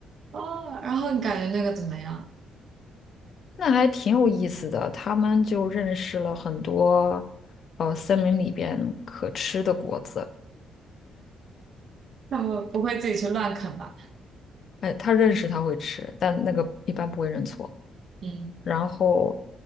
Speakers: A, on the right; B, on the left.
A: 哦？然后你感觉那个怎么样？
B: 那还挺有意思的。他们就认识了很多，呃，森林里边可吃的果子。
A: 那我不会自己去乱啃吧？
B: 哎，他认识他会吃，但那个一般不会认错。
A: 嗯，
B: 然后，